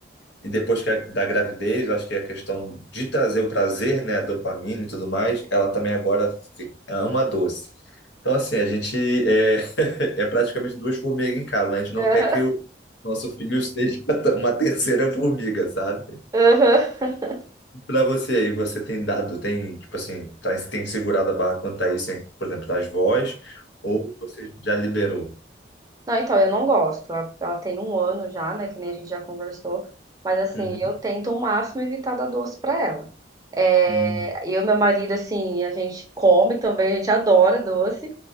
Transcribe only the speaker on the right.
<laughs>
Aham. Aham.
Não, então, eu não gosto. Ela ela tem um ano já, né? Que nem a gente já conversou. Mas, assim,
eu tento ao máximo evitar dar doce pra ela. É,
eu e meu marido, assim, a gente come também, a gente adora doce.